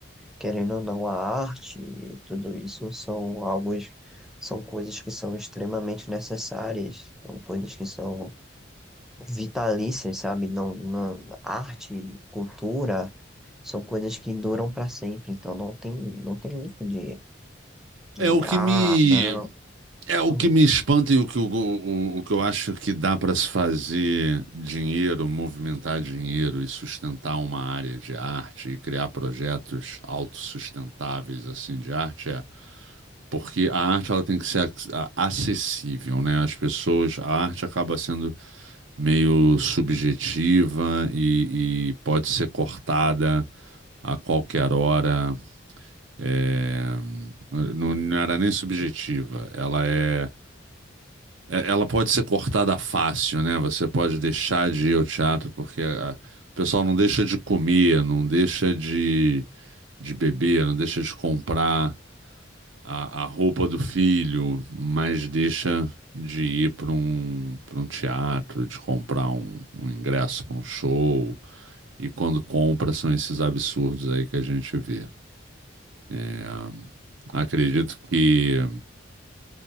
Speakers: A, in the centre; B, on the right (about 80°).
A: Querendo ou não, a arte e tudo isso são alguns, são coisas que são extremamente necessárias, são coisas que são vitalícias, sabe? Não, não, arte, cultura, são coisas que duram para sempre, então não tem, não tem isso de, de,
B: É o que
A: ah,
B: me
A: não.
B: É o
A: Hum,
B: que me espanta e o que, eu- o, o, que eu acho que dá para se fazer dinheiro, movimentar dinheiro e sustentar uma área de arte e criar projetos autossustentáveis assim de arte é porque a arte ela tem que ser ac- a- acessível, né? As pessoas, a arte acaba sendo meio subjetiva e, e pode ser cortada a qualquer hora. É, não, não era nem subjetiva, ela é é- ela pode ser cortada fácil, né? Você pode deixar de ir ao teatro porque a- o pessoal não deixa de comer, não deixa de, de beber, não deixa de comprar a, a roupa do filho, mas deixa de ir para um, para um teatro, de comprar um, um ingresso para um show. E quando compra, são esses absurdos aí que a gente vê. É, ah, acredito que.